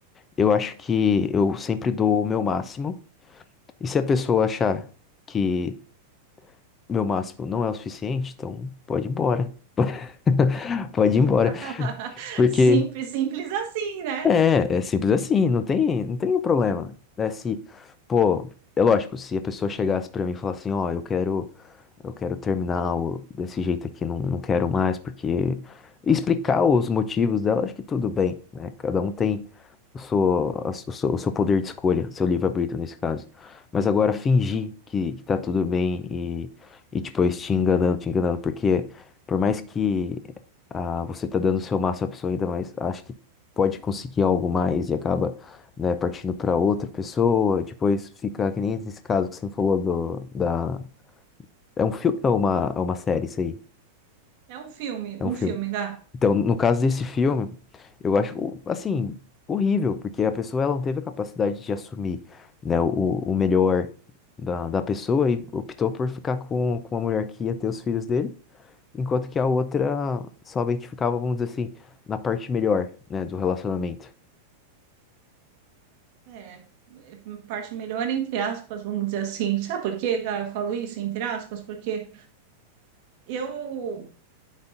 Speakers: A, on the left (about 15°); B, on the right (about 40°).
A: eu acho que eu sempre dou o meu máximo, e se a pessoa achar que meu máximo não é o suficiente, então pode ir embora. <laughs> Pode ir embora.
B: <laughs>
A: Porque
B: Simples, simples assim, né?
A: é, é simples assim, não tem, não tem um problema. É se, pô, é lógico, se a pessoa chegasse pra mim e falasse assim, ó, eu quero eu quero terminar o- desse jeito aqui, não, não quero mais, porque explicar os motivos dela, acho que tudo bem, né? Cada um tem o seu, a su- o seu, o seu poder de escolha, seu livre-arbítrio nesse caso. Mas agora fingir que, que tá tudo bem e, e depois te enganando, te enganando, porque por mais que ah, você tá dando o seu máximo à pessoa ainda mais, acho que pode conseguir algo mais e acaba. Né, partindo para outra pessoa, depois fica que nem nesse caso que você me falou do, da, é um filme, é uma, é uma série isso aí.
B: É um filme, um
A: É um filme.
B: filme, Gá.
A: Então, no caso desse filme, eu acho, assim, horrível, porque a pessoa ela não teve a capacidade de assumir, né, o, o melhor da, da pessoa e optou por ficar com, com a mulher que ia ter os filhos dele, enquanto que a outra somente ficava, vamos dizer assim, na parte melhor, né, do relacionamento.
B: É, é parte melhor entre aspas, vamos dizer assim. Sabe por quê, Gá? Eu falo isso entre aspas, porque eu,